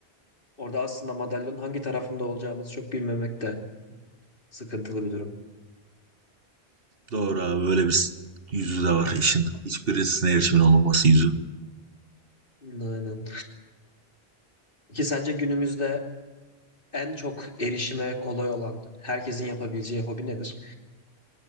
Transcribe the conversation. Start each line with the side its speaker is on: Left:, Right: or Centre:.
Left: Orada aslında madalyonun hangi tarafında olacağımızı çok bilmemek de sıkıntılı bir durum.
Right: Doğru abi öyle bir s- yüzü de var işin. Hiçbirisine erişimin olmaması yüzü.
Left: Aynen. Ki sence günümüzde en çok erişime kolay olan, herkesin yapabileceği hobi nedir?